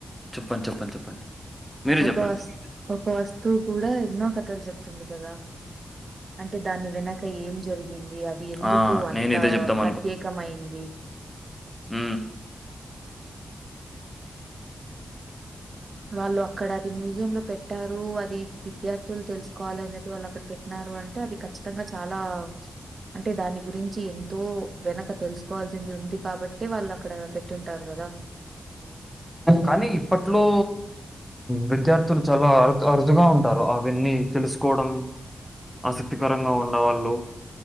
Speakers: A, in the centre; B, on the right.
A: చెప్పండి. చెప్పండి. చెప్పండి. మీరే
B: ఒక
A: చెప్పండి.
B: వస్తు ఒక వస్తువు కూడా ఎన్నో కథలు చెప్తుంది కదా అంటే దాని వెనక ఏం జరిగి గింది అది ఎందుకు
A: ఆ!
B: అంత
A: నేను ఇదే చెప్దాం
B: ప్రత్యేకమయింది
A: ఉ
B: వాళ్ళు అక్కడ అది మ్యూజియంలో పెట్టారు అది విద్యార్థులు తెలుసుకోవాలినే చెప్పి వాళ్ళు అక్కడ పెట్నా అంటే అది ఖచ్చితంగా చాలా అంటే దాని గురించి ఎంతో వెనక తెలుసుకోవాల్సింది ఉంది కాబట్టే వాళ్ళు అక్కడ పెట్టింటారు కదా అ
A: కానీ ఇప్పట్లో విద్యార్థులు చాలా అరు అరుదుగా ఉంటా అవన్నీ తెలుసుకోవడం ఆసక్తికరంగా ఉన్నవాళ్ళు